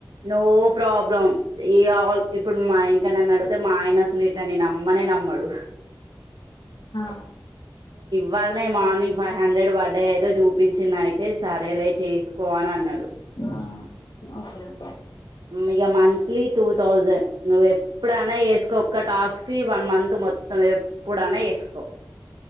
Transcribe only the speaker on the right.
నో ప్రాబ్లం ఏ ఆల్ ఇప్పుడు మా ఇంకా నన్ను అడితే మా ఆయన అసలు ఇట్ నే నమ్మనే నమ్మడు.
వాళ్ళని మార్నింగ్ ఫైవ్ హండ్రెడ్ పడయయితే చూపించిన అయి అయితే సరేలే చేసుకో అని అన్నడు.
ఇగ మంత్లీ టూ థౌసండ్ నువ్వు ఎప్పుడైనా ఏస్కో ఒక్క టాస్ కి వన్ మంత్ మొత్తం ఎప్పుడైనా ఏస్కో